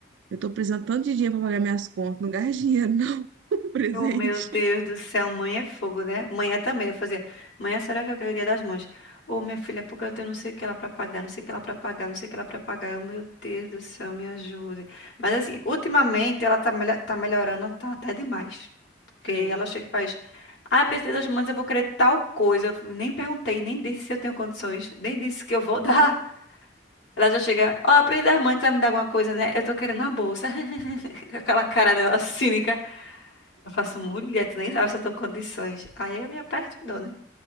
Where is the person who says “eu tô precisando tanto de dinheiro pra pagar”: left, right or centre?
Right